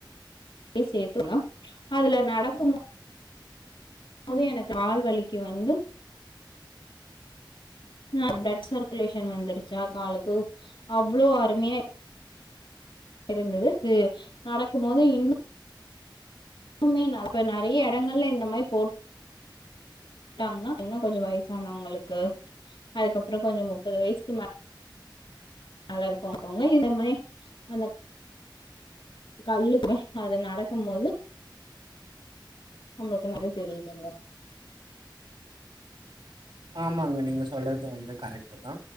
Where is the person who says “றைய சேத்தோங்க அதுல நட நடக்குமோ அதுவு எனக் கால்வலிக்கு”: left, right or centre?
Left